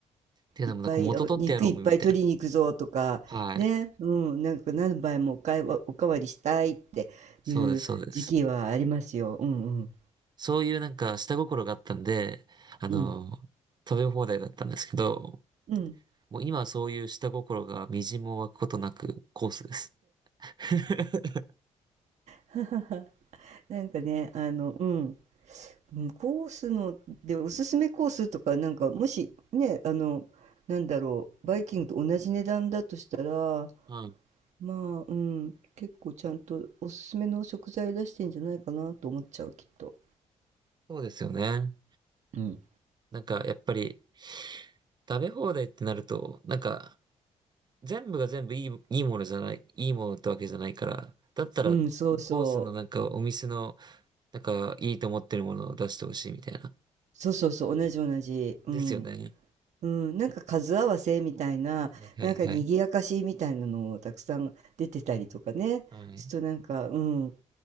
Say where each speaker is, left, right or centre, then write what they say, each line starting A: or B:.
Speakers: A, on the right; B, on the right.
A: っていうのもなんか元取ってやろうみたい
B: いっぱい、お肉いっぱい取りに行くぞとか、
A: な。はい。
B: ね。うん。なんか何杯もおかわ、おかわりしたいっていう時期はありますよ。
A: そうです、そうです。
B: うんうん。
A: そういうなんか下心があったんで、あのー食べ放題だったんですけど、
B: うん。うん。
A: もう今はそういう下心が微塵も湧くことなくコースです。<laughs>
B: <laughs> なんかね、あの、うん、うんコースのでおすすめコースとか、なんかもしね、あの、なんだろう、バイキングと同じ値段だとしたら、
A: はい。
B: まあ、うん、結構ちゃんとおすすめの食材出してんじゃないかなと思っちゃう、きっと。
A: そうですよね。
B: うん。
A: なんか、やっぱり、食べ放題ってなると、なんか、全部が全部いい、いいものじゃない、いいものってわけじゃないから、だったら、
B: うん、そうそう。
A: コースのなんか、お店の、なんか、いいと思ってるものを出してほしいみたいな。
B: そうそうそう、同じ同じ。うん。
A: ですよね。
B: うん、なんか数合わせみたいな、
A: はいはいはい。
B: なんか賑やかしみたいなのもたくさん出てたりとかね。
A: はい。
B: ちょっとなんか、うん。